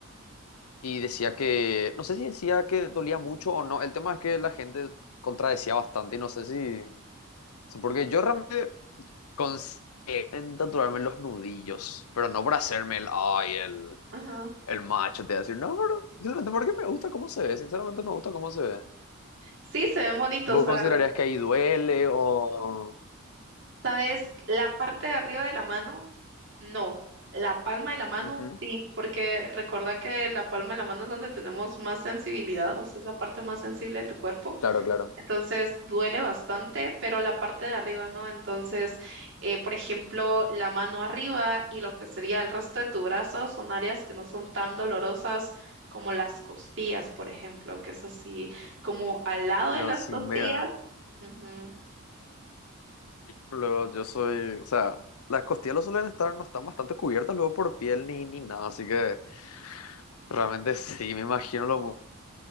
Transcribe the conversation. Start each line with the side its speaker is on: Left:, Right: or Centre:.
Left: y decía que, no sé si decía que dolía mucho o no. El tema es que la gente contradecía bastante y no sé si, o sea, porque yo realmente consigo en tatuarme los nudillos, pero no por hacerme el, ay, el,
Right: Ajá.
Left: el macho, te voy a decir, no, pero simplemente porque me gusta cómo se ve, sinceramente me gusta cómo se ve.
Right: Sí, se ven bonitos,
Left: ¿Vos
Right: la
Left: considerarías
Right: verdad.
Left: que ahí duele o...?
Right: ¿Sabes? La parte de arriba de la mano. No, la palma de la mano
Left: Ujú,
Right: sí, porque recuerda que la palma de la mano es donde tenemos más sensibilidad, o sea, es la parte más sensible de tu cuerpo.
Left: Claro, claro.
Right: Entonces duele bastante, pero la parte de arriba no. Entonces, eh, por ejemplo, la mano arriba y lo que sería el resto de tu brazo son áreas que no son tan dolorosas como las costillas, por ejemplo, que es así como al lado
Left: No,
Right: de las
Left: sí,
Right: costillas.
Left: me
Right: Ujú.
Left: luego yo soy, o sea, las costillas lo suelen estar, no están bastante cubiertas luego por piel ni, ni nada, así que realmente <laughs> sí, me imagino lo mu-